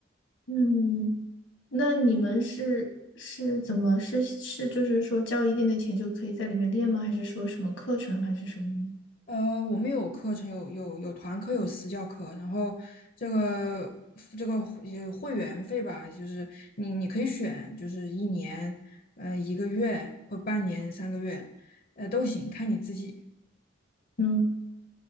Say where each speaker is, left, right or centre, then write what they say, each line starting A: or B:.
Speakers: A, on the left (about 80°); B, on the left (about 50°).
A: 嗯，那你们是是怎么是是就是说交一定的钱就可以在里面练吗？还是说什么课程还是什么
B: 呃，我们有课程，有有有团课，有私教课，然后这个这个会呃会员费吧，就是你你可以选，就是一年，嗯、一个月或半年、三个月，呃，都行，看你自己。
A: 嗯。